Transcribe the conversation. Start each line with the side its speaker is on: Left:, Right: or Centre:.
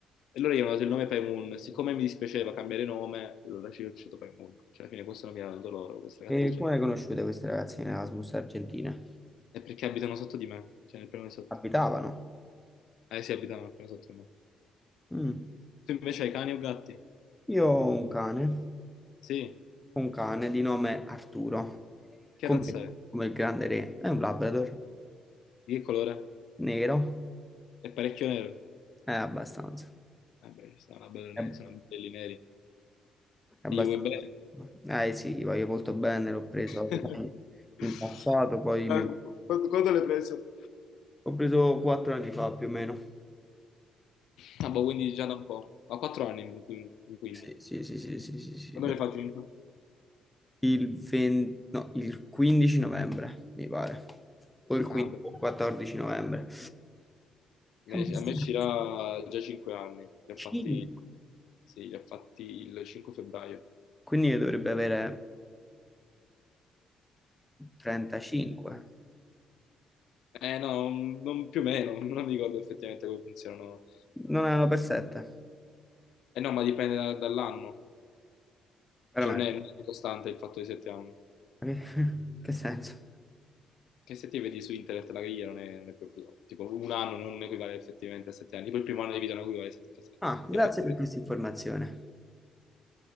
Left: E loro gli hanno dato il nome Paimun. Siccome mi dispiaceva cambiare nome, allora ci ho lasciato Paimun. Cioè, alla fine questo nome l'hanno dato loro, queste ragazze
Centre: E
Left: argentine.
Centre: come le conosciute queste ragazze in Erasmus Argentina?
Left: È perché abitano sotto di me, cioè nel piano di sotto.
Centre: Abitavano?
Left: Eh sì, abitano nel piano sotto di me.
Centre: Mm.
Left: Tu invece hai cani o gatti?
Centre: Io ho un cane,
Left: Sì.
Centre: un cane di nome Arturo,
Left: Che
Centre: come,
Left: razza è?
Centre: come il grande re, è un Labrador,
Left: Di che colore?
Centre: nero,
Left: È parecchio nero.
Centre: Eh, abbastanza,
Left: Eh beh, ci sono belli neri,
Centre: Eh,
Left: sono belli neri.
Centre: abbastanza.
Left: E gli vuoi bene?
Centre: Eh sì, gli voglio molto bene, l'ho preso
Left: <laughs>
Centre: in passato, poi
Left: Ma
Centre: mi ho
Left: quando, quando l'hai preso?
Centre: ho preso quattro anni fa più o meno.
Left: Ah, boh, quindi già da un po'. Ho quattro anni, quindi. quindi.
Centre: Sì, sì, sì, sì, sì, sì, sì.
Left: Quando
Centre: do-
Left: ne fa cinque?
Centre: Il 20 no, il 15 novembre, mi pare. O il 15
Left: Ah, beh.
Centre: o il 14 novembre. È
Left: A me
Centre: abbastanza.
Left: a me ci era già cinque anni. Li ho
Centre: 5.
Left: fatti, sì, li ho fatti il 5 febbraio.
Centre: Quindi ne dovrebbe avere 35.
Left: Eh no, non- più o meno, <laughs> non mi ricordo effettivamente come funzionano.
Centre: Non erano per 7.
Left: Eh no, ma dipende da- dall'anno,
Centre: Veramente.
Left: cioè non è, non è costante il fatto dei sette anni.
Centre: Che <laughs> che senso?
Left: Che se ti vedi su internet la griglia non è, non è proprio... Tipo un anno non equivale effettivamente a sette anni, tipo il primo anno di vita non equivale a sette-
Centre: Ah, grazie
Left: effettivamente.
Centre: per questa informazione.